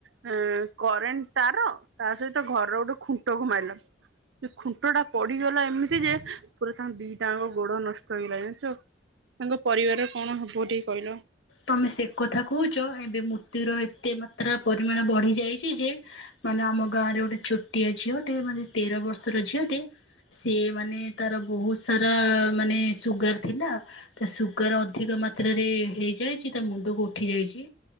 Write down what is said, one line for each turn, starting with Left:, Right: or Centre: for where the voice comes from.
Right: ହଁ କରେଣ୍ଟ ତାର ତାସହିତ ଘରର ଗୋଟେ ଖୁଣ୍ଟକୁ ମାଇଲା। ସେ ଖୁଣ୍ଟଟା ପଡିଗଲା ଏମିତି ଯେ ପୁରା ତାଙ୍କ ଦିଟାଙ୍କ ଗୋଡ ନଷ୍ଟ ହେଇଗଲା ଜାଣିଚ। ତାଙ୍କ ପରିବାର କଣ ହବ ଟିକେ କହିଲ।
Left: ତମେ ସେ କଥା କହୁଛ ଏବେ ମୃତ୍ୟୁର ଏତେ ମାତ୍ରା ପରିମାଣ ବଢି ଯାଇଛିଯେ ମାନେ ଆମ ଗାଁରେ ଗୋଟେ ଛୋଟିଆ ଝିଅଟେ ମାନେ ତେର ବର୍ଷର ଝିଅଟେ। ସିଏ ମାନେ ତାର ବହୁତ ସାରା ମାନେ ସୁଗାର ଥିଲା। ତା ସୁଗାର ଅଧିକ ମାତ୍ରାରେ ହେଇଯାଏ। ତା ମୁଣ୍ଡକୁ ଉଠି ଯାଇଛି